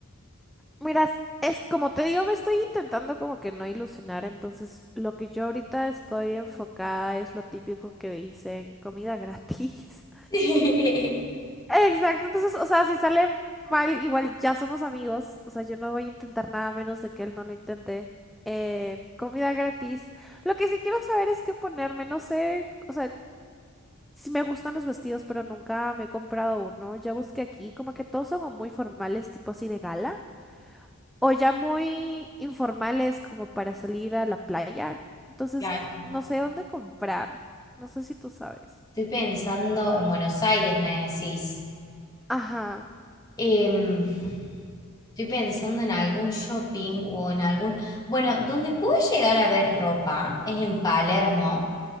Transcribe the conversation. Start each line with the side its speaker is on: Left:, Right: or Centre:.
Centre: Mira, es como te digo, me estoy intentando como que no ilusionar, entonces lo que yo ahorita estoy enfocada es lo típico que dicen, comida gratis.
Left: Sí,
Centre: <laughs> Exacto, entonces, o sea, si sale mal, igual ya somos amigos, o sea, yo no voy a intentar nada menos de que él no lo intente. Eh, comida gratis. Lo que sí quiero saber es qué ponerme, no sé, o sea, si me gustan los vestidos, pero nunca me he comprado uno. Ya busqué aquí, como que todos son muy formales, tipo así de gala o ya muy informales como para salir a la playa. Entonces,
Left: claro.
Centre: no sé dónde comprar. No sé si tú sabes.
Left: Estoy pensando en Buenos Aires, me decís.
Centre: Ajá.
Left: Em, estoy pensando en algún shopping o en algún... Bueno, donde puedes llegar a ver ropa es en Palermo